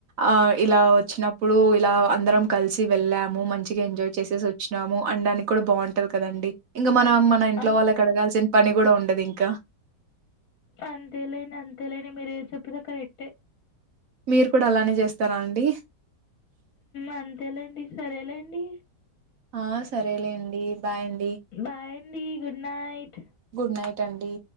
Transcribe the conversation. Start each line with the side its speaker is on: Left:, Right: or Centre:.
Right: ఆ ఇలా వచ్చినప్పుడు ఇప్పుడు ఇలా అందరం కలిసి వెళ్ళాము మంచిగా ఎంజాయ్ చేసేసి వచ్చినాము అనడానికి కూడా బాగుంటది కదండి ఇంకా మనం మన ఇంట్లో
Left: అంతే
Right: వాళ్ళకి అడగాల్సిన పని కూడా ఉండది ఇంకా
Left: అంతేలేండి అంతేలేని మీరు ఏం చెప్పిన కరెక్టే
Right: మీరు కూడా అలానే చేస్తారా అండి
Left: అంతేలేండి సరేలేండి
Right: ఆ సరేలేండి బాయ్ అండి
Left: బాయ్ అండి గుడ్ నైట్
Right: గుడ్ నైట్ అండి